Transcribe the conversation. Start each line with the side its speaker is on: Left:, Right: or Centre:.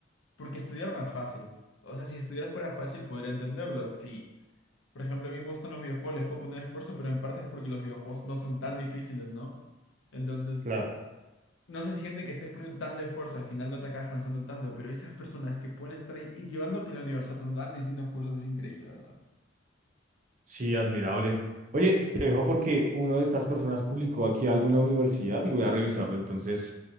Left: porque estudiar no es fácil. O sea, si estudiar fuera fácil, podría entenderlo. Si, por ejemplo, a mí me gustan los videojuegos, les puedo poner esfuerzo, pero en parte es porque los videojuegos no son tan difíciles, ¿no? Entonces,
Right: Claro.
Left: no se siente que estés poniendo tanto esfuerzo, al final no te acabas cansando tanto, pero esas personas que pueden estar ahí y llevando que en la universidad son tan distintos cursos es increíble, ¿verdad?
Right: Sí, admirable. Oye, te dejo porque una de estas personas publicó aquí algo en la universidad y voy a revisarlo. Entonces,